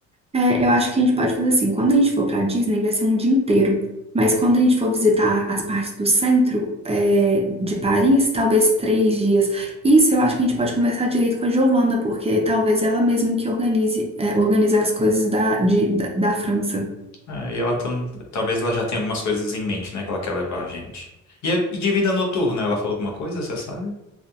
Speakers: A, on the right; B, on the left.
A: É, eu acho que a gente pode fazer assim. Quando a gente for pra Disney, vai ser um dia inteiro. Mas quando a gente for visitar as partes do centro, é, de Paris, talvez três dias. Isso eu acho que a gente pode conversar direito com a Giovana, porque talvez ela mesma que organize, é, organize as coisas da, de- da, da França.
B: É, e ela tá, talvez ela já tenha algumas coisas em mente, né, que ela quer levar a gente. E, é- e de vida noturna, ela falou alguma coisa, você sabe?